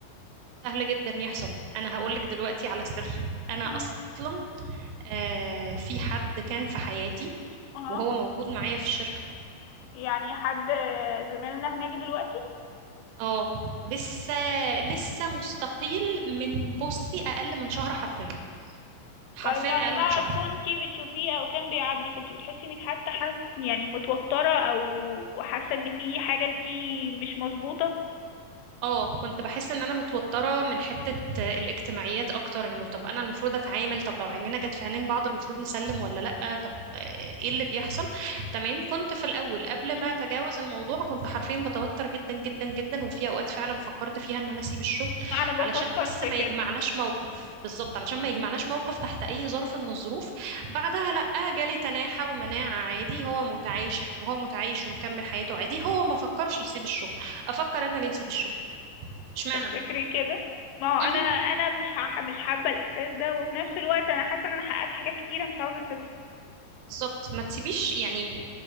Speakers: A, on the right (about 85°); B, on the left (about 85°).
A: سهل جدا يحصل انا هقول لك دلوقتي على سر انا
B: مهم.
A: اصلا آه في حد كان في حياتي
B: اها
A: وهو موجود معايا في الشركه
B: يعني حد زميلنا هناك دلوقتي
A: اه لسه لسه مستقيل من بصي اقل من شهر حرفيا حرفيا
B: طيب لما
A: اقل من شهر
B: كنتي بتشوفيه او كان بيعدي كنتي بتحسي انك حتى حت يعني متوترة او حاسة ان في حاجة انتي مش مظبوطة
A: اه كنت بحس ان انا متوتره من حته الاجتماعيات اكتر انه طب انا المفروض اتعامل طب لو عينينا جت في عينين بعض المفروض نسلم ولا لا طب آه، ايه اللي بيحصل تمام كنت في الاول قبل
B: مهم.
A: ما اتجاوز الموضوع كنت حرفيا بتوتر جدا جدا جدا وفي اوقات فعلا فكرت فيها ان انا اسيب الشغل
B: انا
A: علشان
B: بفكر
A: بس
B: في
A: ما
B: كده
A: يجمعناش موقف بالظبط علشان ما يجمعناش موقف تحت اي ظرف من الظروف بعدها لا جالي تناحة ومناعة عادي هو متعايش هو متعايش ومكمل حياته عادي هو ما فكرش يسيب الشغل افكر انا ليه اسيب الشغل اشمعنى
B: تفتكري
A: انا
B: كده ما هو
A: مهم.
B: انا انا مش ح- مش حابة الاحساس ده وفي نفس الوقت انا حاسة ان انا حققت حاجات كتيرة مش عاوزة اسيبها
A: بالظبط ما تسيبيش يعني